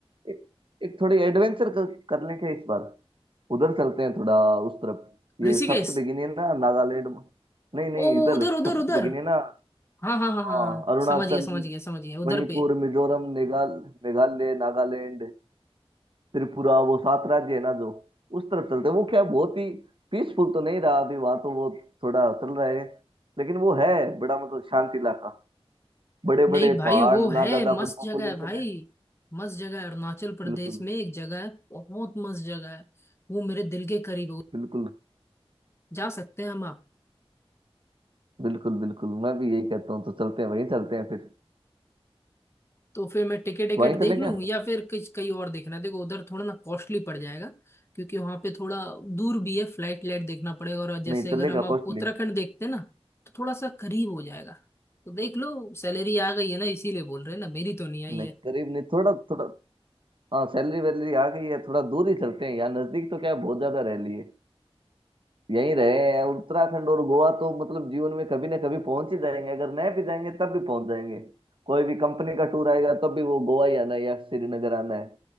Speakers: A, on the right; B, on the left.
A: एक, एक थोड़ी एडवेंचर कर, कर लें क्या इस बार उधर चलते हैं थोड़ा उस तरफ ये
B: ऋषिकेश
A: सप्त है ना नागालैंड नहीं नहीं
B: ओ
A: इधर
B: उधर उधर
A: सप्त
B: उधर
A: है ना
B: हाँ हाँ हाँ
A: हाँ
B: हाँ हाँ
A: अरुणाचल
B: समझ गया समझ गया समझ गया उधर
A: मणिपुर
B: पे
A: मिजोरम मेघाल मेघालय नागालैंड त्रिपुरा वो सात राज्य है ना जो उस तरफ चलते हैं। वो क्या बहुत ही पीसफुल तो नहीं रहा अभी वहां तो वो थोड़ा चल रहा है लेकिन वो है बड़ा मतलब शांति इलाका बड़े
B: नहीं
A: बड़े
B: भाई
A: पहाड़
B: वो
A: ना
B: है
A: ज्यादा
B: मस्त
A: कोई पॉपुलेशन
B: जगह है भाई
A: है
B: मस्त जगह है अरुणाचल प्रदेश
A: बिल्कुल
B: में एक जगह है बहुत मस्त जगह है वो मेरे दिल के करीब है
A: बिल्कुल
B: जा सकते हैं हम आप
A: बिल्कुल बिल्कुल मैं भी यही कहता हूँ तो चलते हैं वहीं चलते हैं फिर
B: तो फिर मैं टिकट टिकट
A: वहीं
B: देख
A: चले
B: लूँ
A: क्या
B: या फिर कुछ कहीं और देखना है। देखो उधर थोड़ा ना कॉस्टली पड़ जाएगा क्योंकि वहां पे थोड़ा दूर भी है फ्लाइट लाइट देखना पड़ेगा और जैसे
A: नहीं चलेगा
B: अगर हम आप
A: कॉस्टली
B: उत्तराखंड देखते हैं ना तो थोड़ा सा करीब हो जाएगा तो देख लो सैलरी आ गई है ना इसीलिए बोल रहे हैं ना मेरी तो नहीं आई
A: नहीं
B: है
A: करीब नहीं थोड़ा थोड़ा हाँ सैलरी वैलरी आ गई है थोड़ा दूर ही चलते हैं यहाँ नजदीक तो क्या है बहुत ज्यादा रह लिए यहीं रहे हैं उत्तराखंड और गोवा तो मतलब जीवन में कभी ना कभी पहुंच ही जाएंगे अगर नहीं भी जाएंगे तब भी पहुंच जाएंगे कोई भी कंपनी का टूर आएगा तब भी वो गोवा ही आना है या श्रीनगर आना है